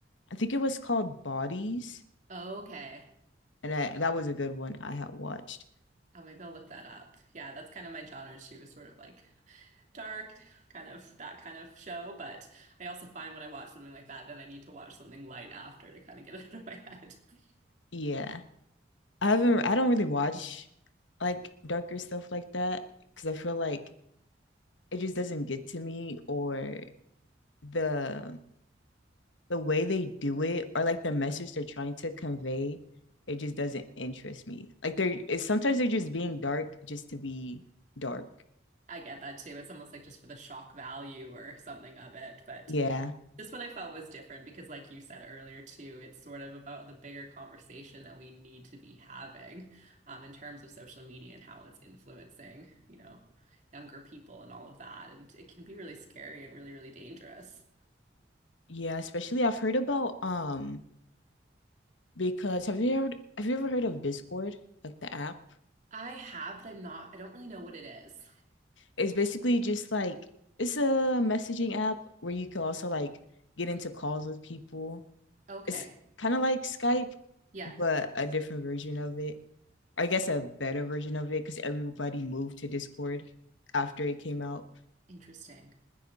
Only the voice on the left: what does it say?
I think it was called Bodies,
and I, that was a good one I had watched.
Yeah, I haven't. I don't really watch like darker stuff like that because I feel like it just doesn't get to me, or the the way they do it or like the message they're trying to convey, it just doesn't interest me. Like they're it's, sometimes they're just being dark just to be dark.
Yeah.
Yeah, especially I've heard about um because have you ever have you ever heard of Discord, like the app?
It's basically just like it's a messaging app where you can also like get into calls with people.
It's kind of like Skype,
but a different version of it. I guess a better version of it because everybody moved to Discord after it came out.